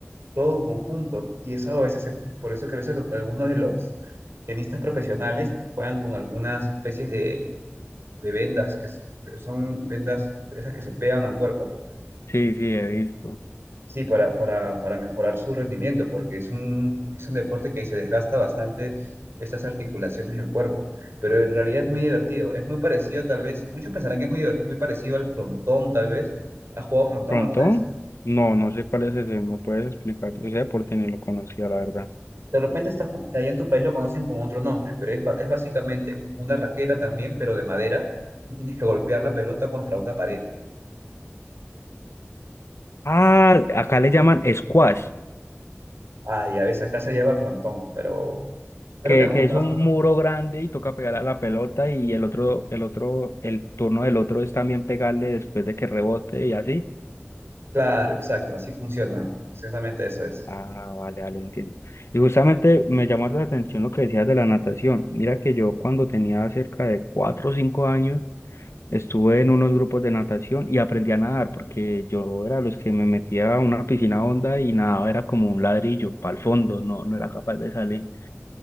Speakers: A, on the right; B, on the left.
A: todo en conjunto. Y eso a veces, se- por eso que a veces lo- algunos de los tenistas profesionales juegan con algunas especies de, de vendas, que s- son vendas esas que se pegan al cuerpo
B: Sí, sí, he visto.
A: Sí, para, para, para mejorar su rendimiento, porque es un, es un deporte que se desgasta bastante estas articulaciones del cuerpo, pero en realidad es muy divertido, es muy parecido tal vez, muchos pensarán que es muy, diver- muy parecido al frontón tal vez, ¿has jugado frontón
B: ¿Frontón?
A: alguna vez?
B: No, no sé cuál es ese, ¿me puedes explicar? Ese deporte ni lo conocía, la verdad.
A: De repente estás con- allá en tu país lo conocen con otro nombre, pero es, ba- es básicamente una raqueta también, pero de madera, y tienes que golpear la pelota contra una pared.
B: Ah, acá le llaman squash,
A: Ah, ya ves, acá se llama frontón, pero creo
B: que,
A: que en algunos
B: que es
A: lados...
B: un
A: también.
B: muro grande y toca pegarle a la pelota y el otro, el otro, el turno del otro es también pegarle después de que rebote y así.
A: Claro, exacto, así funciona, exactamente eso es.
B: Ah, vale, vale, entiendo. Y justamente me llamó la atención lo que decías de la natación. Mira que yo cuando tenía cerca de cuatro o cinco años estuve en unos grupos de natación y aprendí a nadar porque yo era los que me metía a una piscina honda y nadaba era como un ladrillo para el fondo, no, no era capaz de salir.